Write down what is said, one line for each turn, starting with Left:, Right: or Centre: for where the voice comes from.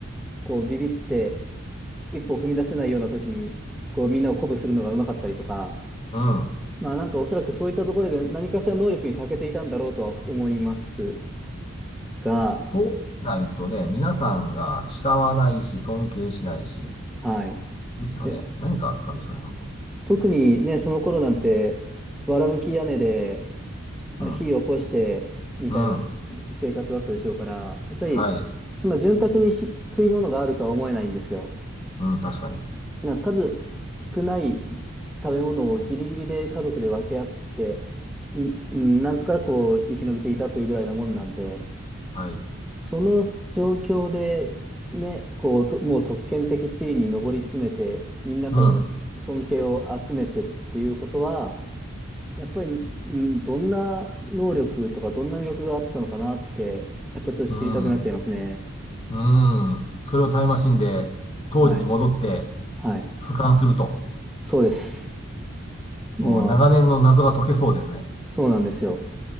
Centre: う、こう、ビビって、一歩踏み出せないような時に、こう、みんなを鼓舞するのがうまかったりとか、
Left: うん。
Centre: まあなんかおそらくそういったところで何かしら能力に長けていたんだろうとは思いますが、
Left: そうしないとね、皆さんが慕わないし、尊敬しないし、
Centre: はい。
Left: ですよね。
Centre: で、
Left: 何かあったんでしょうね、本当。
Centre: 特にね、その頃なんて、わらぶき屋根で
Left: うん。
Centre: あ火を起こしてみたいなせ生活だったでしょうから、
Left: うん。
Centre: やっぱりそんな潤沢にし食い物があるとは思えないんですよ。
Left: はい。うん、確かに。
Centre: なんか数少ない食べ物をギリギリで家族で分け合って、み、うんなんとかこう生き延びていたというぐらいなもんなんで、
Left: はい。
Centre: その状況で、ね、こう、ともう特権的地位に上り詰めて、みんなからの尊敬を集めてるっていうことは、
Left: うん。
Centre: やっぱり、うん、どんな能力とか、どんな魅力があったのかなって、やっぱちょっと知りたくなっちゃいますね。
Left: うん。うん。それをタイムマシンで当時に戻って
Centre: はい。はい。
Left: 俯瞰すると、
Centre: そうです。もう、
Left: もう長年の謎が解けそうですね。
Centre: そうなんですよ。